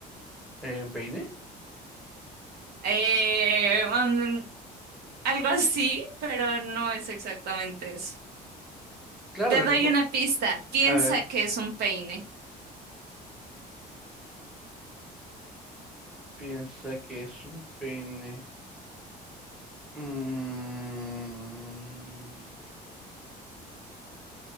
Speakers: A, in the centre; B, on the right.
A: ¿Eh, peine?
B: Eh, um, algo así, pero no es exactamente eso.
A: Claro,
B: Te
A: lo
B: doy
A: que... cu-
B: una pista. Piensa
A: A ver,
B: que es un peine.
A: piensa que es un peine. Mm,